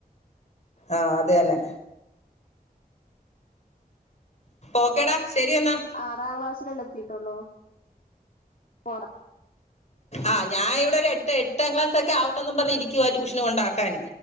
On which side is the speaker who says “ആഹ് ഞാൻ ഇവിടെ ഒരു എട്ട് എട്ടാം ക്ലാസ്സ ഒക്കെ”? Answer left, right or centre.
Left